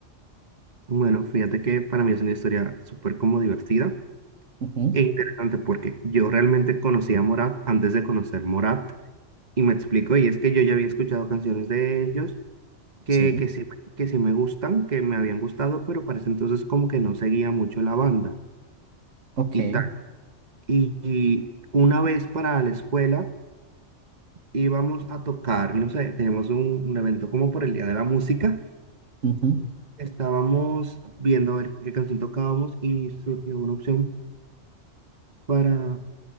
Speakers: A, on the right; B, on the right.
A: Bueno, fíjate que para mí es una historia súper como divertida
B: Ujú,
A: e interesante porque yo realmente conocí a Morat antes de conocer Morat y me explico, y es que yo ya había escuchado canciones de ellos que,
B: Sí.
A: que sí, que sí me gustan, que me habían gustado, pero para ese entonces como que no seguía mucho la banda
B: Ok.
A: y tal. Y, y una vez para la escuela íbamos a tocar, no sé, teníamos un, un evento como por el Día de la Música.
B: ujú,
A: Estábamos viendo a ver qué canción tocábamos y surgió una opción para,